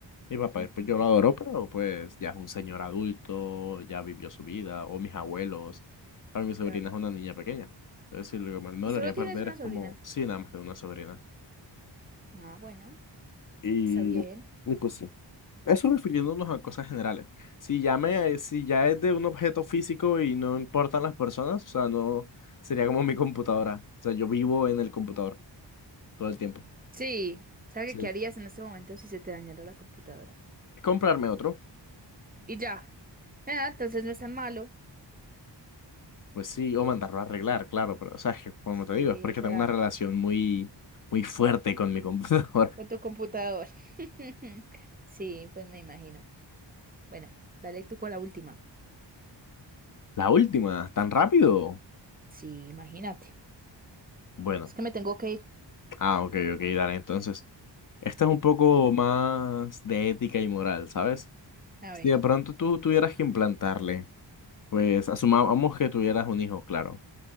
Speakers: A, on the left; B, on the right.
A: Mi papá,
B: ujú,
A: pues yo lo adoro, pero pues ya es un señor adulto, ya vivió su vida, o mis abuelos. A mi
B: claro.
A: sobrina es una niña pequeña. Entonces, sí, lo que más me
B: ¿Y
A: dolería
B: solo tienes
A: perder
B: una
A: es
B: sobrina?
A: como, sí, nada más de una sobrina.
B: Ah, bueno,
A: Y,
B: está bien.
A: y pues sí. Eso refiriéndonos a cosas generales. Si ya me, si ya es de un objeto físico y no importan las personas, o sea, no sería como mi computadora. O sea, yo vivo en el computador todo el tiempo.
B: Sí, ¿Sabes
A: Sí.
B: ¿qué harías en este momento si se te dañara la computadora?
A: Comprarme otro,
B: Y ya. Ah, entonces no es tan malo.
A: pues sí, o mandarlo a arreglar, claro, pero o sea, es que, como
B: Sí,
A: te digo, es porque
B: o sea.
A: tengo una relación muy, muy fuerte con mi computadora.
B: Con tu computador. <laughs> Sí, pues me imagino. Bueno, dale tú con la última.
A: <laughs> La última, tan rápido.
B: Sí, imagínate.
A: Bueno,
B: Es que me tengo que ir.
A: ah, ok, ok, dale, entonces. Esta es un poco
B: <clears throat>
A: más de ética y moral, ¿sabes?
B: A
A: Si
B: ver,
A: de pronto tú tuvieras que implantarle Pues asumamos que tuvieras un hijo, claro.